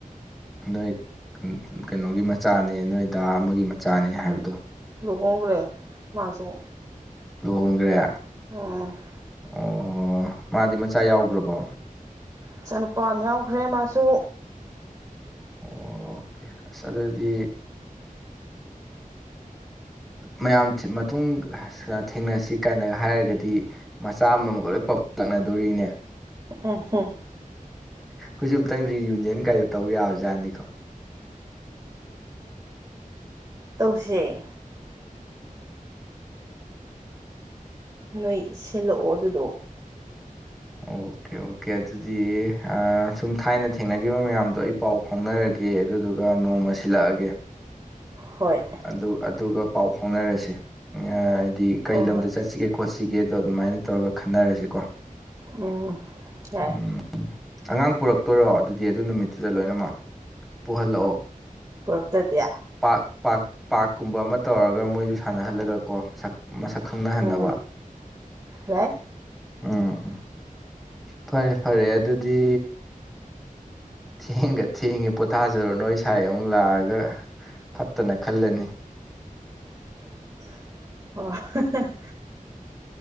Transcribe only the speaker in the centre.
ꯅꯣꯏ ꯀꯩꯅꯣꯒꯤ ꯃꯆꯥꯅꯦ ꯅꯣꯏ ꯗꯥ ꯑꯃꯒꯤ ꯃꯆꯥꯅꯦ ꯍꯥꯏꯕꯗꯣ
ꯂꯨꯍꯣꯡꯒ꯭ꯔꯦ
ꯑꯣ ꯃꯥꯗꯤ ꯃꯆꯥ ꯌꯥꯎꯈ꯭ꯔꯕꯣ
ꯑꯣ ꯑꯣꯀꯦ ꯑꯁ ꯑꯗꯨꯗꯤ ꯃꯌꯥꯝ ꯃꯇꯨꯡ ꯊꯦꯡꯅꯁꯤ ꯀꯥꯏꯅꯒ ꯍꯥꯏꯔꯒꯗꯤ ꯃꯆꯥ ꯑꯃꯝ ꯃꯝꯒ ꯂꯣꯏ ꯄꯝꯂꯛꯅꯗꯣꯔꯤꯅꯦ
ꯑꯩꯈꯣꯏꯁꯨ ꯑꯝꯇꯪ ꯔꯤꯌꯨꯅꯤꯌꯟ ꯀꯥꯏꯗꯣ ꯇꯧ ꯌꯥꯕ ꯖꯥꯠꯅꯤꯀꯣ
ꯑꯣꯀꯦ ꯑꯣꯀꯦ ꯑꯗꯨꯗꯤ ꯑꯥ ꯁꯨꯝ ꯊꯥꯏꯅ ꯊꯦꯡꯅꯈꯤꯕ ꯃꯌꯥꯝꯗꯣ ꯑꯩ ꯄꯥꯎ ꯐꯥꯎꯅꯔꯒꯦ ꯑꯗꯨꯗꯨꯒ ꯅꯣꯡꯃ ꯁꯤꯜꯂꯛꯑꯒꯦ
ꯑꯗꯨ ꯑꯗꯨꯒ ꯄꯥꯎ ꯐꯥꯎꯅꯔꯁꯦ ꯑꯥ ꯍꯥꯏꯗꯤ ꯀꯩ
ꯂꯝꯗ
ꯆꯠꯁꯤꯒꯦ ꯈꯣꯠꯁꯤꯒꯦꯗꯣ ꯑꯗꯨꯃꯥꯏꯅ ꯇꯧꯔꯒ ꯈꯟꯅꯔꯁꯤꯀꯣ
ꯎꯝ ꯑꯉꯥꯡ ꯄꯨꯔꯛꯇꯣꯏꯔꯣ ꯑꯗꯨꯗꯤ ꯑꯗꯨ ꯅꯨꯃꯤꯠꯇꯨꯗ ꯂꯣꯏꯅꯃꯛ ꯄꯨꯍꯜꯂꯛꯑꯣ
ꯄꯥꯛ ꯄꯥꯛ ꯄꯥꯛꯀꯨꯝꯕ ꯑꯃ ꯇꯧꯔꯒ ꯃꯣꯏꯁꯨ ꯁꯥꯟꯅꯍꯜꯂꯒ ꯀꯣ ꯁꯛ ꯃꯁꯛ ꯈꯪꯅꯍꯟꯅꯕ
ꯎꯝ ꯎꯝ ꯐꯔꯦ ꯐꯔꯦ ꯑꯗꯨꯗꯤ ꯊꯦꯡꯒ ꯊꯦꯡꯉꯦ ꯄꯣꯊꯥꯖꯔꯨ ꯅꯣꯏ ꯏꯁꯥꯏ ꯑꯃꯨꯛ ꯂꯥꯛꯑꯒ ꯐꯠꯇꯅ ꯈꯜꯂꯅꯤ